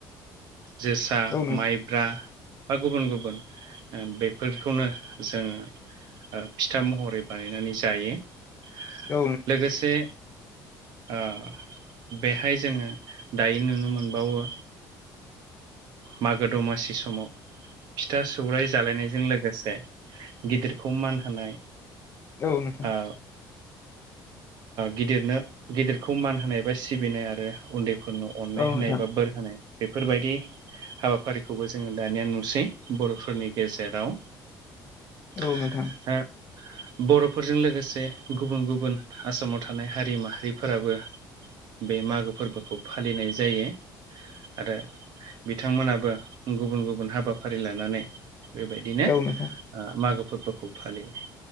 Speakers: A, on the right (about 55°); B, on the left (about 30°).
A: जोसा
B: औ नोंथां औ नोंथां
A: माइब्रा बा गुबुन गुबुन बेफोरखौनो जोङो फिथा महरै बानायनानै जायो ओ
B: औ
A: लोगोसे ओ बेहाय जोङो दायो नुनो मोनबावो मागो दमासि समाव फिथा सौराइ जालायनायजों लोगोसे गिदिरखौ मान होनाय
B: नोंथां
A: ओ गिदिरनो गिदिरखौ मान होनाय बा सिबिनाय आरो उन्दैफोरनाव अननाय
B: औ
A: होनाय
B: नोंथां
A: बा बोर होनाय बेफोरबायदि हाबाफारिखौबो जोङो दानिया नुसै बर'फोरनि गेजेराव <inaudible>
B: औ नोंथां
A: ओ बर'फोरजों लोगोसे गुबुन गुबुन आसामाव थानाय हारि माहारिफोराबो बे मागो फोरबोखौ फालिनाय जायो आरो बिथांमोनाबो गुबुन गुबुन हाबाफारि लानानै बेबायदिनो
B: औ नोंथां
A: मागो फोरबोखौ फालियो